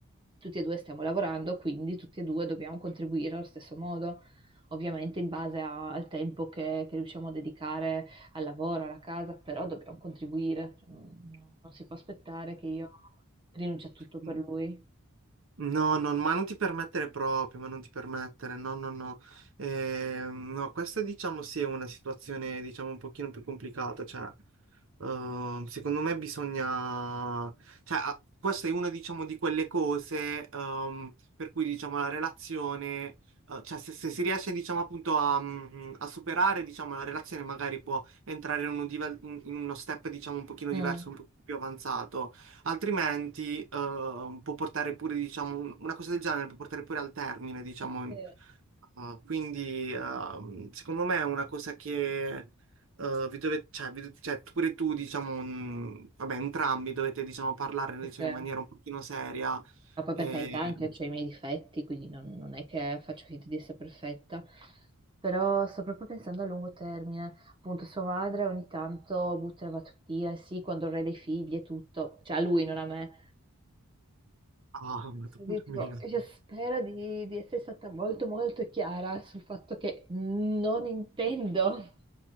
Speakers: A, on the right; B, on the right.
A: Tutti e due stiamo lavorando, quindi tutti e due dobbiamo contribuire allo stesso modo, ovviamente in base a- al tempo che che riusciamo a dedicare al lavoro, alla casa, però dobbiamo contribuire, cioè, non, non si può aspettare che io rinunci a tutto per
B: E-
A: lui.
B: No, no, ma non ti permettere proprio, ma non ti permettere, no, no, no. Ehm, no, questa diciamo sì è una situazione diciamo un pochino più complicata, cioè ehm, secondo me bisogna, cioè ah, questa è una diciamo di quelle cose ehm, per cui diciamo la relazione, eh, cioè se, se si riesce diciamo appunto a, mm, mm, a superare diciamo la relazione magari può entrare in, uno dive- in uno step diciamo un pochino
A: Mm.
B: diverso, un pochino più avanzato Altrimenti, eh, può portare pure, diciamo, un- una cosa del genere può portare pure al termine, diciamo.
A: Eh sì,
B: Eh, quindi, ehm, secondo me è una cosa che, eh, vi dovete, cioè, vi- cioè, pure tu, diciamo, mh, vabbè, entrambi dovete, diciamo, parlare, diciamo,
A: perché-
B: in maniera un pochino seria.
A: Ma poi
B: E...
A: per carità anche ho i miei difetti, quindi non, non è che faccio finta di essere perfetta, però sto proprio pensando a lungo termine. Appunto, sua madre ogni tanto butta la battutia, sì, quando avrei dei figli e tutto, cioè a lui, non a me.
B: Ah, <laughs> madonna
A: Sì, tipo,
B: mia.
A: io spero di, di essere stata molto molto chiara sul fatto che non intendo,